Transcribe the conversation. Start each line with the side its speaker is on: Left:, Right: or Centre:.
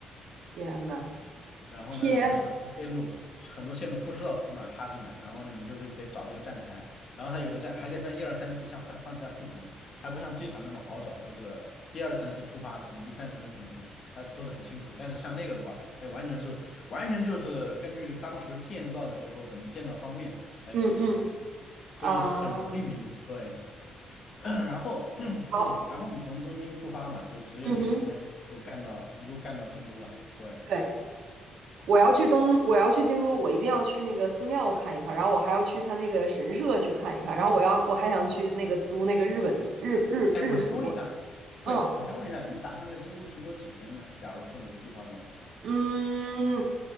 Right: <laughs> 天呐。
Left: 然后呢，
Right: 天，
Left: 你就很多线路，很多线路不知道从哪儿插进来，然后呢，你就是得找这个站台，然后它有的站还得分一二三四，像上上下四层，还不像机场那么好找，就是第二层是出发层，第三层是什么层，他说的很清楚。但是像那个的话，哎，完全是完全就是根据当时建造的时候怎么建造方便来决定的，
Right: 嗯嗯
Left: 所以很容易迷路。
Right: 啊，
Left: 对，<clears throat> 然后 <clears throat>
Right: 好，
Left: 嗯，然后你从东京出发嘛，就直接可以新干都干到一路干到京都了。
Right: 嗯哼，
Left: 对。
Right: 对，我要去东，我要去京都，我一定要去那个寺庙看一看，然后我还要去他那个神社去看一看，然后我要我还想去那个租那个日本日日日服，
Left: 哎，我先问一下，
Right: 嗯
Left: 对，我先问一下，你打算在京都停留几天呢？假如说你的计划中，
Right: 嗯，